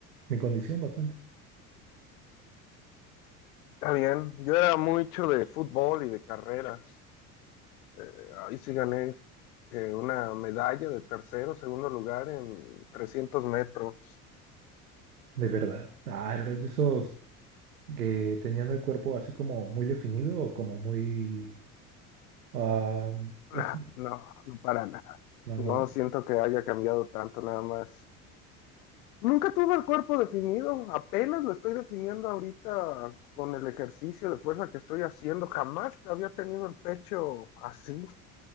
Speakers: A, on the right (about 90°); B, on the left (about 75°).
A: mi condición bastante.
B: está bien. Yo era mucho de fútbol y de carreras. Eh, ahí sí gané eh, una medalla de tercero, segundo lugar en 300 metros.
A: De verdad. Ah, eres de esos que tenían el cuerpo así como muy definido o como muy... ah,
B: Nah,
A: es-
B: no, no para nada.
A: no,
B: No
A: no.
B: siento que haya cambiado tanto nada más. Nunca tuve el cuerpo definido, apenas lo estoy definiendo ahorita con el ejercicio de fuerza que estoy haciendo. Jamás había tenido el pecho así. Es